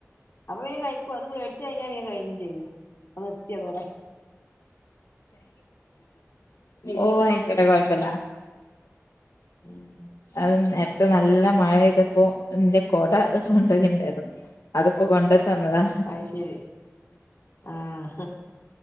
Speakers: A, on the left; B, on the left.
A: അപ്പൊ പിന്നെ കഴിക്കുവ അത് മേടിച്ചു കഴിഞ്ഞാ പിന്നെ കഴിഞ്ഞും ചെയ്ത് അഹ് നിർത്തി അതോടെ
B: ഓ ആയിക്കോട്ടെ, കൊഴപ്പല്ല
A: ഉം ഉം
B: അഹ് നേരത്തെ നല്ല മഴ പെയ്തപ്പോ ഇന്റെ കൊട കൊണ്ടോയിണ്ടായിരുന്നു അത്പ്പോ കൊണ്ട് തന്നതാ
A: അയ് ശരി ആഹ്